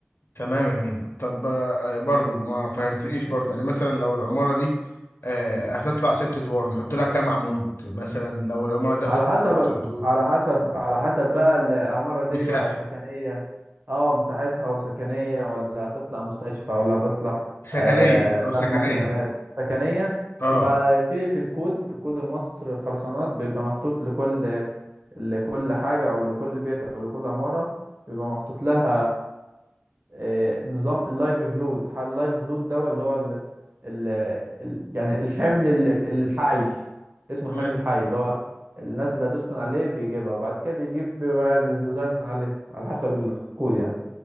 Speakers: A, on the left; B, on the right.
A: تمام يا مين طب آه، برضو ما فهمتنيش
B: يعني
A: برضو يعني مثلا لو العمارة دي آه، هتطلع ست ادوار نحط لها كام عمود مثلا لو العمارة دي
B: ما
A: هتطلع
B: على حسب
A: 12 دور
B: على حسب على حسب بقى العمارة دي
A: مساحة
B: سكنية اه مساحتها وسكنية ولا هتطلع مستشفى ولا هتطلع
A: سكنية
B: آه،
A: لو سكنية
B: مبنى خدمات سكنية
A: اه
B: يبقى في في الكود في الكود المصري الخرسانات بيبقى محطوط لكل لكل حاجة أو لكل بيت أو لكل عمارة بيبقى محطوط لها آه، نظام اللايف فلود اللايف فلود ده اللي هو ال... ال... ال... يعني الحمل ال- الحي اسمه
A: تمام
B: الحمل الحي اللي هو الناس اللي هتسكن عليه بيجيبها وبعد كده بيجيب بيبقى بالديزاين عليها على حسب الكود يعني